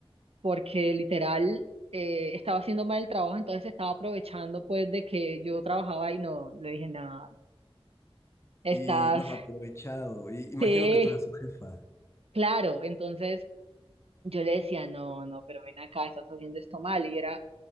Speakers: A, on the right (about 75°); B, on the left (about 25°).
A: porque literal eh, estaba haciendo mal el trabajo, entonces estaba aprovechando pues de que yo trabajaba y no, le dije, nada, estás,
B: Y no, aprovechado, y imagino
A: sí,
B: que tú eras su jefa.
A: claro, entonces yo le decía, no, no, pero ven acá, estás haciendo esto mal, y era,